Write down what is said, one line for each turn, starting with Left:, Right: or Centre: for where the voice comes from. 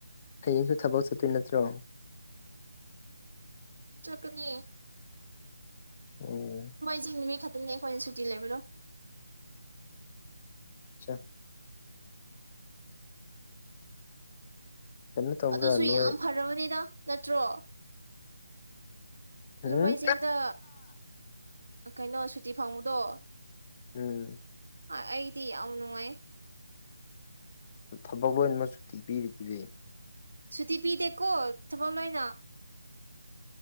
Left: ꯍꯌꯦꯡꯁꯨ ꯊꯕꯛ ꯆꯠꯇꯣꯏ ꯅꯠꯇ꯭ꯔꯣ
Right: ꯆꯠꯀꯥꯅꯤ
Left: ꯎꯝ
Right: ꯍꯣꯏꯁꯦ ꯅꯨꯃꯤꯠ ꯈꯛꯇꯅꯤ ꯑꯈꯣꯏꯅ ꯁꯨꯇꯤ ꯂꯩꯕꯗꯣ
Left: ꯑꯆꯥ ꯀꯩꯅꯣ ꯇꯧꯕ꯭ꯔꯥ
Right: ꯑꯗꯨꯁꯨ
Left: ꯅꯣꯏ
Right: ꯌꯥꯝ ꯐꯔꯕꯅꯦꯗ ꯅꯠꯇ꯭ꯔꯣ
Left: ꯎꯝ
Right: ꯂꯨꯝꯃꯥꯏꯖꯤꯡꯗ ꯀꯩꯅꯣ ꯁꯨꯇꯤ ꯐꯪꯕꯗꯣ
Left: ꯎꯝ
Right: ꯑꯥꯏ ꯑꯩꯗꯤ ꯌꯥꯝ ꯅꯨꯡꯉꯥꯏ
Left: ꯊꯕꯛ ꯂꯣꯏꯅꯃꯛ ꯁꯨꯇꯤ ꯄꯤꯔꯤꯗꯨꯗꯤ
Right: ꯁꯨꯇꯤ ꯄꯤꯗꯦꯀꯣ ꯊꯕꯥꯛ ꯂꯣꯏꯅ